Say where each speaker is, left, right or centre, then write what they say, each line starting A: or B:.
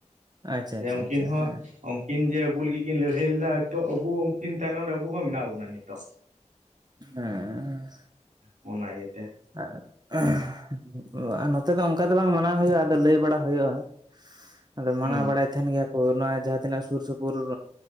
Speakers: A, on the right; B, on the right.
A: ᱟᱪᱪᱷᱟ
B: ᱡᱮ
A: ᱟᱪᱪᱷᱟ
B: ᱩᱱᱠᱤᱱ
A: ᱟᱪᱪᱷᱟ
B: ᱦᱚᱸ
A: ᱦᱮᱸ
B: ᱩᱱᱠᱤᱱ ᱡᱮ ᱟᱵᱚ ᱞᱟᱹᱜᱤᱫ ᱠᱤᱱ ᱞᱟᱹᱲᱦᱟᱹᱭ ᱞᱮᱱᱟ ᱟᱵᱚ ᱩᱱᱠᱤᱱ ᱛᱟᱭᱱᱚᱢ ᱨᱮ ᱟᱵᱚ ᱦᱚᱸ ᱢᱮᱱᱟᱜ ᱵᱚᱱᱟ ᱱᱮᱛᱚᱜ᱾
A: ᱦᱮᱸ
B: ᱚᱱᱟᱜ <unintelligible>
A: ᱟᱨ ᱱᱚᱛᱮ ᱫᱚ ᱚᱱᱠᱟ ᱫᱚ ᱵᱟᱝ ᱢᱟᱱᱟᱣ ᱦᱩᱭᱩᱜᱼᱟ ᱟᱫᱚ ᱞᱟᱹᱭ ᱵᱟᱲᱟ ᱦᱩᱭᱩᱜᱼᱟ ᱟᱫᱚ
B: ᱦᱩᱸ
A: ᱢᱟᱱᱟᱣ ᱵᱟᱲᱟᱭ ᱛᱟᱦᱮᱱ ᱜᱮᱭᱟ ᱾ ᱱᱚᱣᱟ ᱡᱟᱦᱟᱸᱛᱤᱤᱱᱟᱹᱜ ᱥᱩᱨ ᱥᱩᱯᱩᱨ